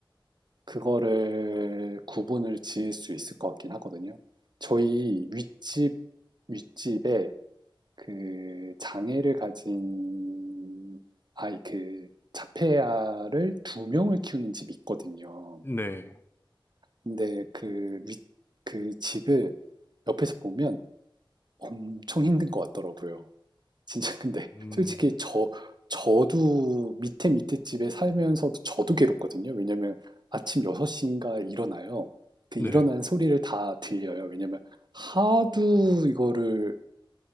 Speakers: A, on the right; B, on the left.
A: 그거를 구분을 지을 수 있을 것 같긴 하거든요. 저희 윗집 윗집에 그 장애를 가진 아이 그 자폐아를 두 명을 키우는 집이 있거든요.
B: 네.
A: 근데 그 윗, 그 집을 옆에서 보면 엄청 힘든 것 같더라고요. 진짜 <laughs> 근데
B: 음,
A: 솔직히 저 저도 밑에 밑에 집에 살면서도 저도 괴롭거든요. 왜냐면 아침 6시인가 일어나요. 그
B: 네.
A: 일어난 소리를 다 들려요. 왜냐면 하도 이거를